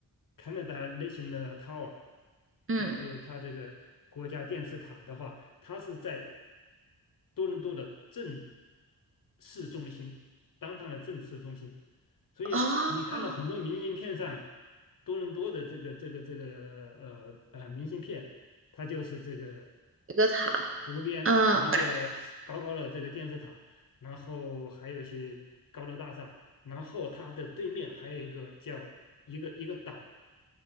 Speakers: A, on the left; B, on the right.
A: Canada National Tower，
B: 嗯，
A: 就是它这个国家电视塔的话，它是在多伦多的正市中心，当趟的正市中心，所以你看到很多明信片上，
B: 哦，
A: 多伦多的这个这个这个呃呃明信片，它就是这个。
B: 一个塔啊。
A: 湖边一个高高的这个电视塔，然后还有一些高楼大厦，然后它的对面还有一个叫一个一个岛，